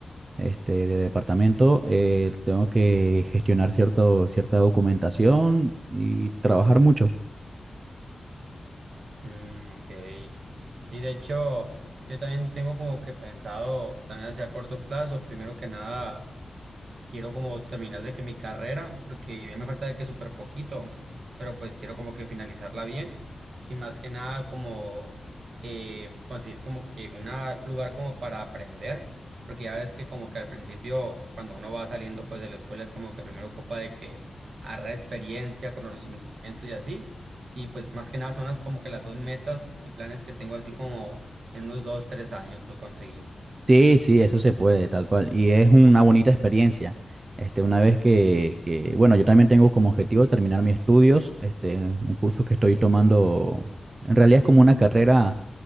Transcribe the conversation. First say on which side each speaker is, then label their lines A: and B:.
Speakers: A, on the right; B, on the right.
A: este, de departamento, eh, tengo que gestionar cierto, cierta documentación y trabajar mucho.
B: Mm, ok. Y de hecho, yo también tengo como que pensado, también hacia corto plazo, primero que nada quiero como terminar de que mi carrera, porque ya me falta de que súper poquito, pero pues quiero como que finalizarla bien y más que nada como eh, conseguir como que un lugar como para aprender, porque ya ves que como que al principio cuando uno va saliendo pues de la escuela es como que primero ocupa de que agarrar experiencia, conocimientos y así, y pues más que nada son las como que las dos metas y planes que tengo así como en unos dos, tres años pues conseguir.
A: Sí, sí, eso se puede, tal cual. Y es una bonita experiencia. Este, una vez que, que, bueno, yo también tengo como objetivo terminar mis estudios, este, un curso que estoy tomando, en realidad es como una carrera